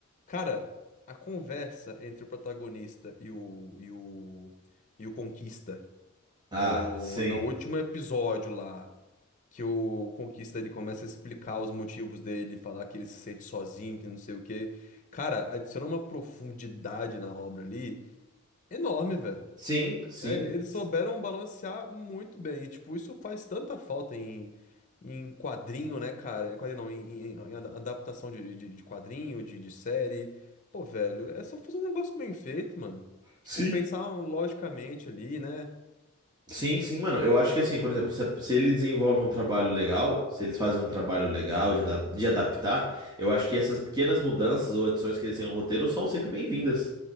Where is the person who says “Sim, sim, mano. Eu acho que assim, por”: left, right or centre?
Right